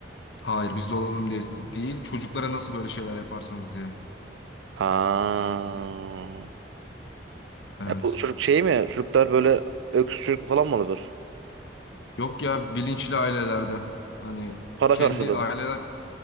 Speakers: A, on the left; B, on the right.
A: Hayır biz olalım diye değil. Çocuklara nasıl böyle şeyler yaparsınız diye.
B: Ha.
A: Evet.
B: Ya bu çocuk şey mi? Çocuklar böyle öksürük falan mı oluyordur?
A: Yok ya bilinçli ailelerden. Hani
B: Para
A: kendi
B: karşılığı
A: aileler
B: mı?